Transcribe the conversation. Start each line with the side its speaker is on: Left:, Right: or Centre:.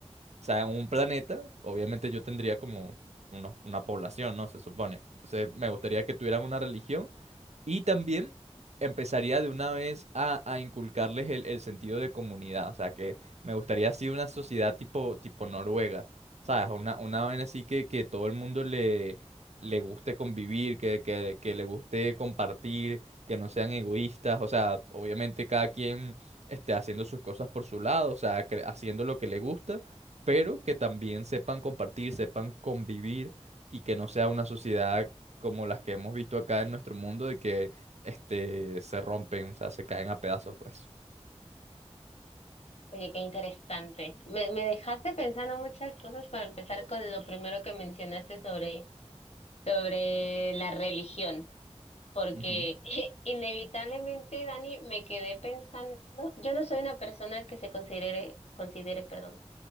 Right: sea, en un planeta, obviamente yo tendría como unos- una población, ¿no? Se supone. Entonces me gustaría que tuvieran una religión y también empezaría de una vez a, a inculcarles el, el sentido de comunidad. O sea, que me gustaría así una sociedad tipo, tipo Noruega. ¿Sabes? Una, una vaina así que, que todo el mundo le, le guste convivir, que, que, que le guste compartir, que no sean egoístas. O sea, obviamente cada quien esté haciendo sus cosas por su lado, o sea, cre- haciendo lo que le gusta, pero que también sepan compartir, sepan convivir y que no sea una sociedad como las que hemos visto acá en nuestro mundo, de que este, se rompen, o sea, se caen a pedazos, pues.
Left: Oye, qué interesante. Me, me dejaste pensando muchas cosas para empezar con lo primero que mencionaste sobre, sobre la religión, porque
Right: Ujú,
Left: <laughs> inevitablemente, Dani, me quedé pensando, yo no soy una persona que se considere, considere, perdón,